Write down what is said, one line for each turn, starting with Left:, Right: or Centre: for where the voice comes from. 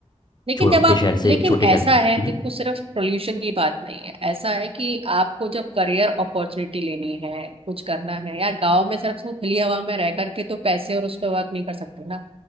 Right: लेकिन
Left: छोटे
Right: जब आप
Left: शहर
Right: लेकिन
Left: से छोटे
Right: ऐसा
Left: शहर में
Right: है देखो
Left: हम्म
Right: सिर्फ पोल्यूशन की बात नहीं है ऐसा है कि आपको जब करियर अपॉर्चुनिटी लेनी है कुछ करना है यार गांव में सिर्फ तुम खुली हवा में रह करके तो पैसे और उस पर वर्क नहीं कर सकते ना